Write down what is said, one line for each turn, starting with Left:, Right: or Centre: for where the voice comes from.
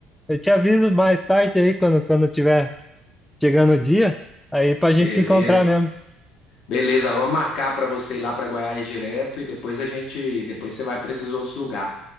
Centre: eu te aviso mais tarde aí quando quando tiver chegando o dia, aí pra gente
Left: beleza.
Centre: se encontrar mesmo.
Left: Beleza, vamos marcar para você ir lá para Goiás direto e depois a gente, depois você vai para esses outros lugares.